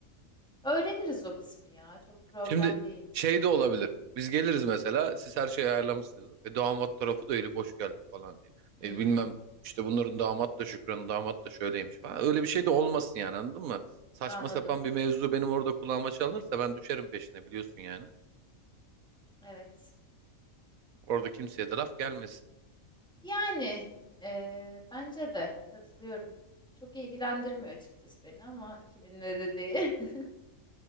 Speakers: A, in the centre; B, on the right.
A: Öğreniriz o kısmı ya. Çok problem
B: Şimdi
A: değil.
B: şey de olabilir. Biz geliriz mesela. Siz her şeyi ayarlamışsınız. E, damat tarafı da eli boş geldi falan diye.
A: Hmm,
B: E, bilmem işte bunların damat da Şükran'ın damat da şöyleymiş falan. Öyle bir şey de olmasın yani anladın mı? Saçma
A: anladım.
B: sapan bir mevzu benim orada kulağıma çalınırsa ben düşerim peşine biliyorsun yani.
A: Evet.
B: Orada kimseye de laf gelmesin.
A: Yani eee, bence de katılıyorum. Çok ilgilendirmiyor açıkçası beni ama kiminle de değil. <laughs>